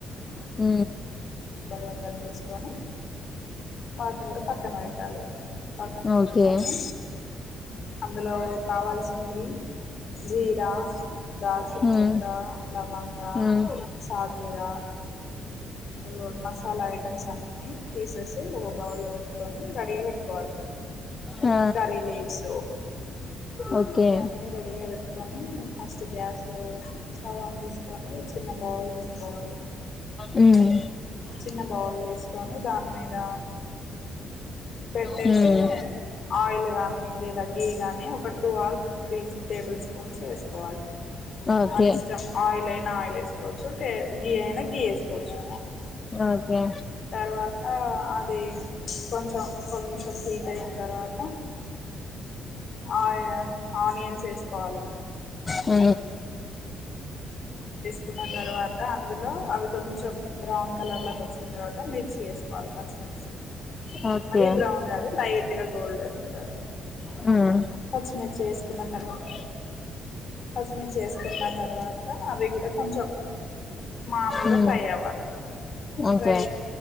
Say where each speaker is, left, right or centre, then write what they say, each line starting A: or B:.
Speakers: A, on the left (about 30°); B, on the left (about 55°).
A: ఊ
B: గా కట్ చేసుకొని వాటిని కూడా పక్కన పెట్టాలి పక్కన పెట్టుకొని
A: ఓకే
B: అందులో కావాల్సి నై జీరా దాల్చిన్
A: హ్మ్
B: చెక్క లవంగా
A: హ్మ్ హ్మ్
B: సాజేరా అయ్యో మస్ వా ఐటమ్స్ అన్ని తీసేసి ఒక బౌల్లో పెట్టుకొని రెడీగా పెట్టుకోవాలి
A: ఆ
B: కర్రీ లీవ్స్
A: ఓకే
B: ఇవన్నీ రెడి గా పెట్కోని ఫస్ట్ గ్యాస్ స్టవ్ అన్ చేసుకొని చిన్న బౌల్ తీసుకోవాలి
A: ఉమ్
B: చిన్న బౌల్ తీసుకొని దాని మీద పెట్టేసి
A: హ్మ్
B: ఆయిల్ కానీ లేదా గీ కానీ ఒక టూ ఆ త్రీ టేబుల్ స్పూన్స్ వేసుకోవాలి
A: ఓకే
B: మన ఇష్టం ఆయిల్ అయినా ఆయిల్ వేసు కోవచ్చు టె గి ఐనా ఏసు కొచ్చు
A: ఓకే
B: తర్వాత అ అది కొంచెం కొంచెం హీట్ అయిన తర్వాత ఆ ఆనియన్స్ వేసుకోవాలి
A: ఊ
B: న్న తర్వాత అందులో అవి కొంచెం బ్రౌన్ కలర్లోకి వచ్చిన తర్వాత మిర్చి వేసుకోవాలి పచ్చిమిర్చి
A: ఓకే
B: మరి బ్రౌన్ కాదు లైట్ గోల్డెన్ కలర్
A: ఉమ్
B: పచ్చిమిర్చి వేసుకున్న తర్వాత పచ్చిమిర్చి వేసుకున్న తర్వాత అవి కూడా కొంచెం మాములు
A: హ్మ్
B: ఫ్రై అవ్వాలి
A: okay
B: fry